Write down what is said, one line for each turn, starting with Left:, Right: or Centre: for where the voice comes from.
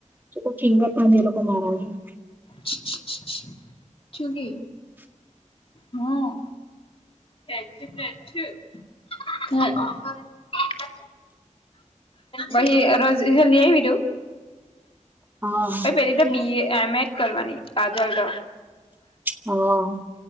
Right: પેલુ ફિંગર પણ એ લોકો મારા <unintelligible>
Left: છું છું છું છું શું કે. હા. <inaudible> બહી રોજ <unintelligible> આવવી તું.
Right: હા.
Left: પહી પેલી બી એ એમ એડ કરવાની આગળ તો.
Right: હા